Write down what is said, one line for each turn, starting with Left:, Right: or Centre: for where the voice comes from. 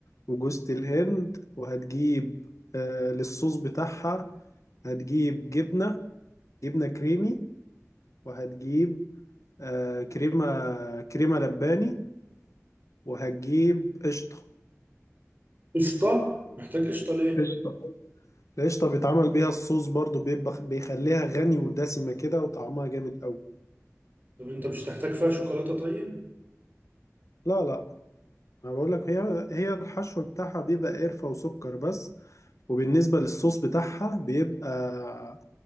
Left: وجوز الهند وهتجيب آه للصوص بتاعها هتجيب جبنة جبنة كريمي وهتجيب آه كريمة كريمة لباني وهتجيب قشطة
Right: قشطة محتاج قشطة ليه؟
Left: قشطة القشطة بيتعمل بيها الصوص برضو بيبقى بيخليها غني ودسمة كده وطعمها جامد أوي
Right: طب انت مش تحتاج فيها شوكولاتة طيب؟
Left: لا لا أنا بقول لك هي هي الحشو بتاعها بيبقى قرفة وسكر بس وبالنسبة للصوص بتاعها بيبقى